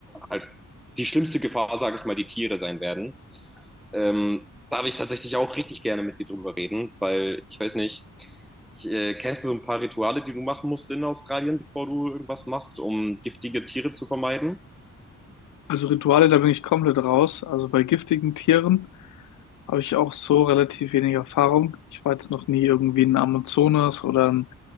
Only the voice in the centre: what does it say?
halt die schlimmste Gefahr, sage ich mal, die Tiere sein werden. Ähm, da habe ich tatsächlich auch richtig gerne mit dir drüber reden, weil ich weiß nicht, ich, äh, kennst du so ein paar Rituale, die du machen musst in Australien, bevor du irgendwas machst, um giftige Tiere zu vermeiden?